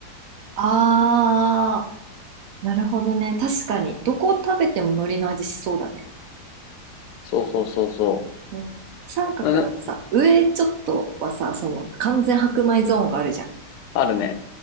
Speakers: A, on the right; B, on the left.
A: ああ、なるほどね。確かに。どこを食べても海苔の味しそうだね。
B: そうそうそうそ
A: うん、三角だとさ、
B: う。な
A: 上ちょっとはさ、その完全白米ゾーンがあるじゃん。
B: あるね。